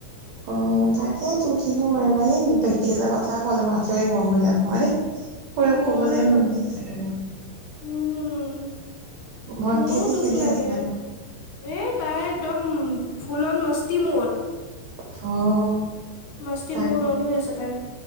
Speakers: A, on the right; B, on the left.
A: অ', তাকে তোৰ কিনো হয় এইবাৰ, হেৰি প্ৰেক্টিকেলৰ কথা ক'লে মথাই গৰম হৈ যাব দেই।
B: হয়
A: কবলৈ
B: অ',
A: মন নেজাই।
B: উম',
A: ভন্টি
B: মোৰো
A: এতিয়া খেলি
B: দুখ লাগে।
A: আছে চাগে
B: এ' তাই একদম ফুলন মস্তি মদ
A: অ',
B: মস্তি
A: তাকে
B: মদ অন হৈ আছে তাই।